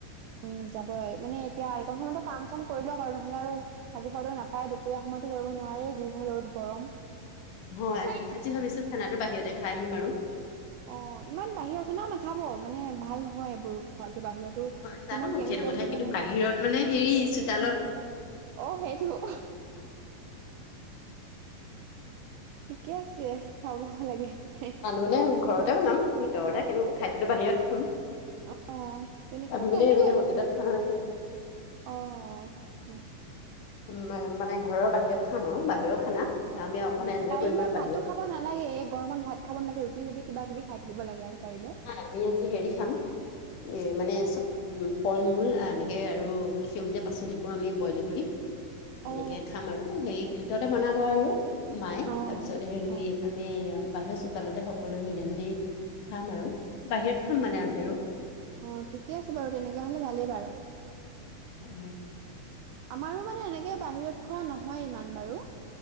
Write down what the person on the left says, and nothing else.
হয়,
আজি ভাবিছো খানাো বাহিৰতে খাই আহিম আৰু।
হয় জানো
সেইটো কথা
কিন্তু
বাহিৰত মানে হেৰি চোতালত
তান মানে আমি ঘৰতে বনাম ভিতৰতে কিন্তু খাদ্যটো বাহিৰত খাম।
আমি
বুলি এনেকে
হোটেলত খানা নাখিলো।
উম, মানে ঘৰৰ বাহিৰত খাম আৰু বাহিৰৰ খানা আমি অকমান
এনজয়
কৰিম আৰু
বাহিৰত
হয়, আমি আজি হেৰী খাম এ মানে চব উম ফল - মূল এনেকে আৰু সেউজীয়া পাচলি বোৰ আমি বইল কৰি, এনেকে
খাম আৰু সেই ভিতৰতে বনাব আৰু। মায়ে
তাপিছত হেৰী
আমি বাহি চোতালতে সকলোৱে মিলি জুলি খাম আৰু বাহিৰত খাম মানে আগেও।
অ।